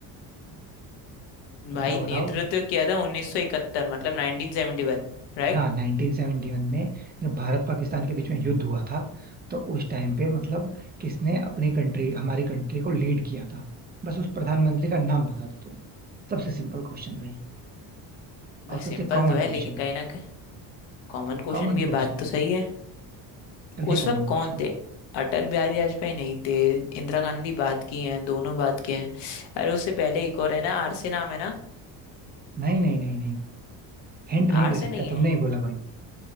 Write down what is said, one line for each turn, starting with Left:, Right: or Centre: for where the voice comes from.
Left: भाई
Right: बताओ
Left: नेतृत्व
Right: बताओ
Left: किया था 1971 मतलब 1971 राइट
Right: हाँ 1971 में जब भारत पाकिस्तान के बीच में युद्ध हुआ था तो उस टाइम पे मतलब किसने अपनी कंट्री हमारी कंट्री को लीड किया था बस उस प्रधानमंत्री का नाम बता दो तुम सबसे सिंपल क्वेश्चन भाई
Left: भाई
Right: और सबसे
Left: सिंपल
Right: common
Left: तो है
Right: question
Left: लेकिन कहीं ना कॉमन क्वेश्चन
Right: Common
Left: भी है
Right: question
Left: बात तो सही है
Right: very
Left: उस
Right: common
Left: वक्त कौन
Right: question
Left: थे अटल बिहारी वाजपेयी नहीं थे इंदिरा गांधी बात की हैं दोनों बात किए हैं अरे उससे पहले एक और है ना आर से नाम है ना
Right: नहीं नहीं नहीं नहीं हिंट नहीं
Left: आर
Right: दे
Left: से
Right: सकता
Left: नहीं है
Right: तुमने ही बोला भाई